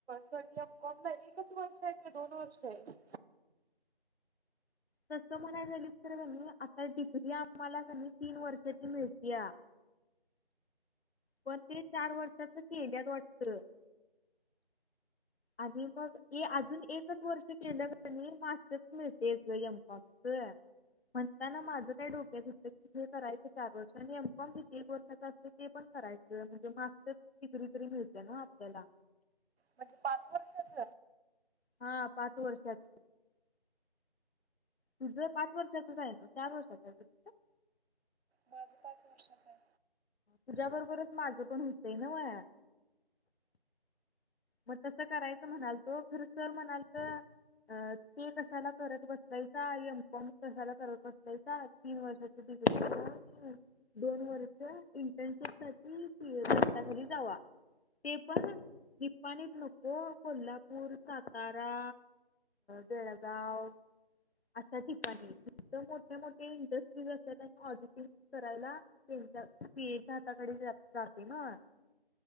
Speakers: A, on the right; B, on the left.
A: सॉरी एमकॉमला एकच वर्ष आहे काय दोन वर्ष आहे?
B: तसं म्हणाय झालीस तर क नाही, आता डिग्री आम्हाला क नाही तीन वर्षाची मिळत्या, पण ते चार वर्षाच केल्यात वाटतं आणि मग ये अजून एकच वर्ष केलं क नाही मास्टर्स मिळतंयच. गं एमकॉमचं. म्हणताना माझं काय डोक्यात होतं की हे करायचं चार वर्ष आणि एमकॉम किती एक वर्षाचा असतोय ते पण करायचं म्हणजे मास्टर्स डिग्री तरी मिळत्या नव्हं आपल्याला.
A: म्हणजे पाच वर्षाच?
B: हां पाच वर्षाच तुझं पाच वर्षाचच आहे नव्हं? चार वर्षाच आहे काय तुझं?
A: माझं पाच वर्षाच आहे.
B: तुझ्या बरोबरच माझं पण हुतंय नव्हं. मग तसं करायचं म्हणालतो खरं सर म्हणालतं अ ते कशाला करत बसलायसा? एमकॉम कशाला करत बसलायसा तीन वर्षाच्या डिग्री करा आणि दोन वर्ष इ ट्रनशीपसाठी हाताखाली जावा. ते पण <unintelligible> निपाणीत नको कोल्हापूर, सातारा, बेळगाव अशा ठिकाणी. त मोठ्या मोठ्या इंडस्ट्रीज असत्यात ऑडिटिंग करायला त्यांच्या सी एच्या हाताखाली जातोय नव्हं